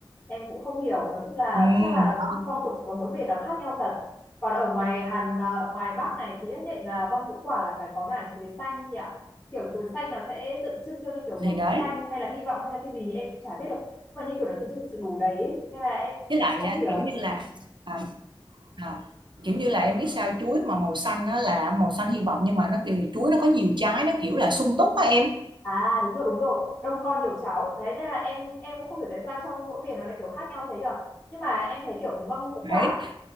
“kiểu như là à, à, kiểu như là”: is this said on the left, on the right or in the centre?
Right